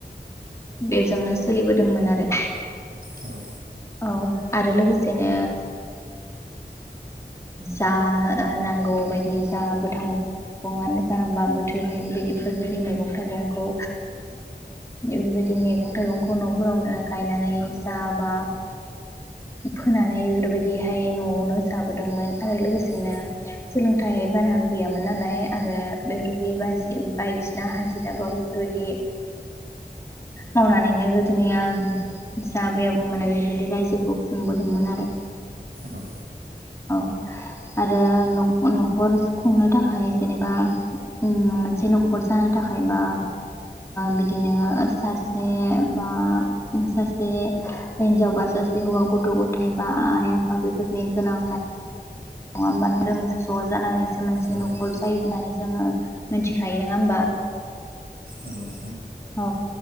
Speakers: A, on the left; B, on the right.
A: बेजोंनो सोलिबोदोंमोन आरो
B: औ
A: औ आरो लोगोसेनो जा नांगौ बायदि जा गोथां आनो जाहाबा बोथोरनि बिदिफोरबायदि मैगं थाइगंखौ जुदि मैगं थाइगंखौ न'फोरावनो गायनानै जाबा फोनानै बेफोरबायदिहाय न'आवनो जाबोदोंमोन आरो लोगोसेनो
B: औ
A: सोलों थाइ बारा गैयामोन नालाय आरो बेफोरबायदि बायदिसिना हाजिराबा बेफोरबायदि मावनानैनो गोदोनिया जा आबै आबौमोना बेदि रायजोखौ खुंबोदोंमोन आरो।
B: औ
A: औ आरो न'खर खुंनो थाखाय जेनेबा मोनसे न'खर जानो थाखाय बा बिदिनो सासे बा सासे हिन्जाव बा सासे हौवा गथ' गथाय बा आइ आफा बेफोरनि गोनां नङा होमबानो जों ज' जानानैसो मोनसे
B: औ नोंथां
A: न'खर जायो होननानै जोङो मिथिखायो नङा होमबा
B: नोंगौ
A: औ